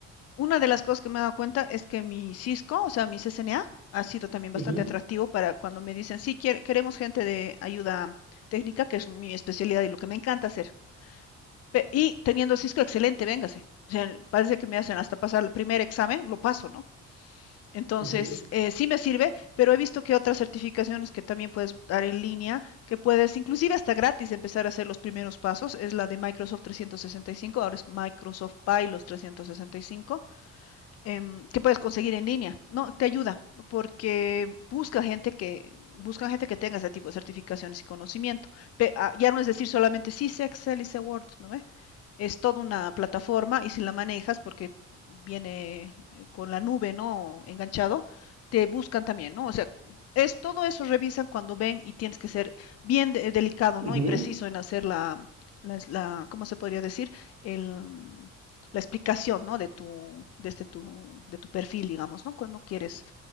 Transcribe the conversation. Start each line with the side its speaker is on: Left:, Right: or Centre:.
Left: Una de las cosas que me he dado cuenta es que mi Cisco, o sea, mi CCNA, ha sido también bastante
Right: Ujú,
Left: atractivo para cuando me dicen, sí, quiere- queremos gente de ayuda técnica, que es mi especialidad y lo que me encanta hacer. Pe- Y teniendo Cisco, excelente, véngase. O sea, parece que me hacen hasta pasar el primer examen, lo paso, ¿no? Entonces,
Right: ujú.
Left: eh, sí me sirve, pero he visto que otras certificaciones que también puedes dar en línea, que puedes inclusive hasta gratis empezar a hacer los primeros pasos, es la de Microsoft 365, ahora es Microsoft Pilos 365, eh, que puedes conseguir en línea. No, te ayuda porque busca gente que busca gente que tenga ese tipo de certificaciones y conocimiento. Pe- ah, ya no es decir solamente sí sé Excel y sé Word, ¿no ve? es toda una plataforma y si la manejas, porque viene eh, con la nube, ¿no? Enganchado, te buscan también, ¿no? O sea, es todo eso revisan cuando ven y tienes que ser bien de- delicado,
Right: Ujú.
Left: ¿no? Y preciso en hacer la, la, la- ¿cómo se podría decir? El, la explicación, ¿no? De tu, desde tu, de tu perfil, digamos, ¿no? Cuando quieres